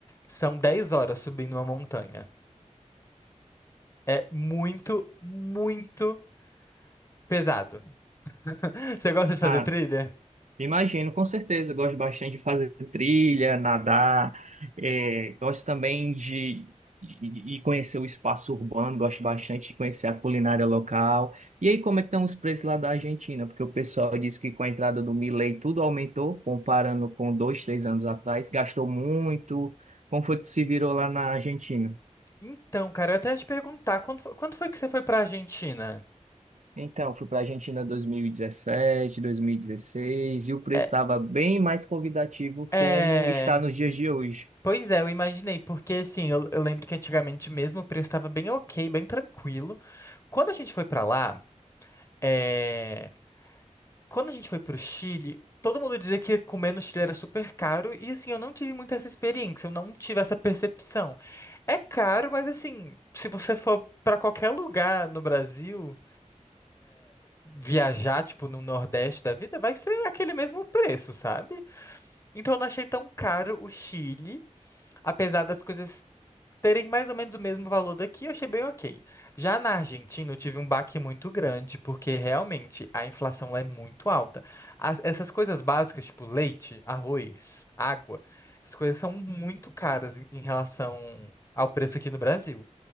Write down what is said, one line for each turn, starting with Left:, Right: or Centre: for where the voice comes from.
Left: São 10 horas subindo uma montanha. É muito, muito pesado. <laughs> Você gosta de fazer
Right: Ah,
Left: trilha?
Right: Imagino, com certeza. Eu Gosto bastante de fazer trilha, nadar. eh, gosto também de, de, de conhecer o espaço urbano. Gosto bastante de conhecer a culinária local. E aí, como é que estão os preços lá da Argentina? Porque o pessoal disse que com a entrada do Milei tudo aumentou, comparando com dois, três anos atrás. Gastou muito. Como foi que se virou lá na Argentina?
Left: Então, cara, eu até ia te perguntar, quando, fo- quando foi que você foi para Argentina?
Right: Então, fui para a Argentina em 2017, 2016. e o preço
Left: É,
Right: estava bem mais convidativo
Left: é.
Right: como está nos dias de hoje.
Left: Pois é, eu imaginei, porque assim, eu, eu lembro que antigamente mesmo o preço estava bem ok, bem tranquilo. Quando a gente foi pra lá, é, quando a gente foi pro Chile, todo mundo dizia que comer no Chile era super caro, e assim, eu não tive muita essa experiência, eu não tive essa percepção. É caro, mas assim, se você for pra qualquer lugar no Brasil, viajar, tipo, no Nordeste da vida, vai ser aquele mesmo preço, sabe? Então eu não achei tão caro o Chile. Apesar das coisas terem mais ou menos o mesmo valor daqui, eu achei bem ok. Já na Argentina, eu tive um baque muito grande, porque realmente a inflação lá é muito alta. As- essas coisas básicas, tipo leite, arroz, água, essas coisas são muito caras em, em relação ao preço aqui no Brasil.